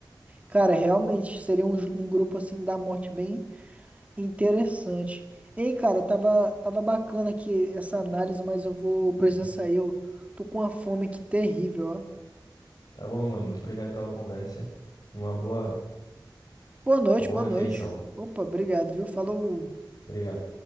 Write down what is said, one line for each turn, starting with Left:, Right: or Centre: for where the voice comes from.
Right: Cara, realmente, seria um, ju- um grupo, assim, da morte bem Interessante. Ei, cara, tava, tava bacana aqui essa análise, mas eu vou precisar
Left: Uhum.
Right: sair. Eu tô com uma fome aqui terrível, ó.
Left: Tá bom, meu mano. Muito obrigado pela conversa. Uma boa,
Right: Boa noite,
Left: uma boa
Right: boa
Left: refeição.
Right: noite. Opa, obrigado, viu? Falou.
Left: Obrigado.